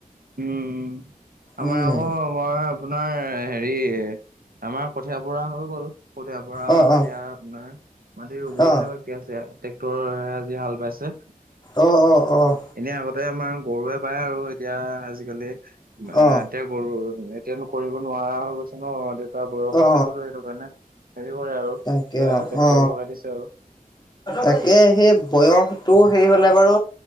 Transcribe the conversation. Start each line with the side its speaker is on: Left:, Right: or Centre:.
Right: উমঁ আমাৰ
Left: উম
Right: আক মই আপোনাৰ হেৰি আমাৰ কঠিয় পৰা হৈ গ'ল। কঠিয়াৰ পৰা
Left: অ
Right: এতিয়া
Left: অ
Right: আপোনাৰ মাটি ৰুবলৈহে
Left: অ
Right: বাকি আছে। ট্ৰেক্টৰ আজি হাল বাইছে।
Left: অঁ অঁ অঁ!
Right: এনেই আগতে আমাৰ গৰুৱে বায় আৰু এতিয়া আজিকালি আ
Left: অ
Right: এতিয়া গৰু এতিয়ানো কৰিব নোৱাৰা হৈ গৈছে ন দেউতাৰ বয়স হৈছেতো
Left: অ
Right: সেইটো কাৰণে হেৰি কৰে আৰু। এতিয়া
Left: তাকে অ
Right: ট্ৰেক্টৰ
Left: অ
Right: লগাই দিছে আৰু।
Left: তাকে সেই বয়সতটো হেৰি হলে বাৰু